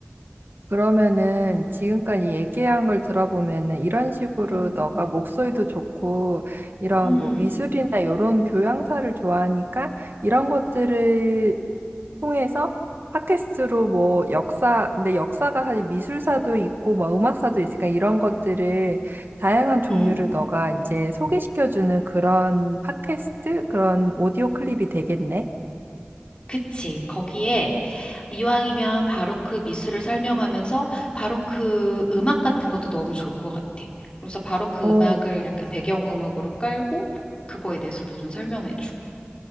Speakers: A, on the right; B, on the left.
A: 그러면은 지금까지 얘기한 걸 들어보면은 이런 식으로
B: 음.
A: 너가 목소리도 좋고 이런
B: 음.
A: 뭐 미술이나 이런 교양사를 좋아하니까 이런 것들을 통해서 팟캐스트로 뭐 역사, 근데 역사가 사실 미술사도 있고 뭐 음악사도 있으니까 이런 것들을 다양한 종류를
B: 음.
A: 너가 이제 소개시켜주는 그런 팟캐스트, 그런 오디오 클립이 되겠네.
B: 그치. 거기에 이왕이면 바로크 미술을 설명하면서 바로크 음악 같은 것도 너무 좋을 것 같아. 그래서 바로크
A: 어,
B: 음악을 약간 배경음악으로 깔고 그거에 대해서도 좀 설명해주고.